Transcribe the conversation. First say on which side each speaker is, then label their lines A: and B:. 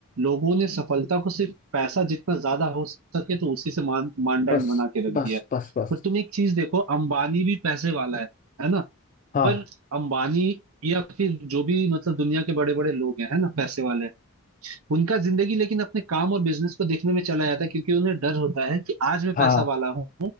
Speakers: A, on the right; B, on the left.
A: लोगों ने सफलता को सिर्फ पैसा जितना ज्यादा हो सके तो उसी से मान मानदंड
B: बस
A: बना के रख दिया
B: बस
A: है।
B: बस बस
A: पर तुम एक चीज देखो अंबानी भी पैसे वाला है है ना
B: हाँ
A: पर अंबानी या फिर जो भी मतलब दुनिया के बड़े बड़े लोग हैं है ना पैसे वाले हैं उनका जिंदगी लेकिन अपने काम और बिजनेस को देखने में चला जाता है क्योंकि उन्हें डर होता है कि आज मैं पैसा
B: हाँ
A: वाला हूँ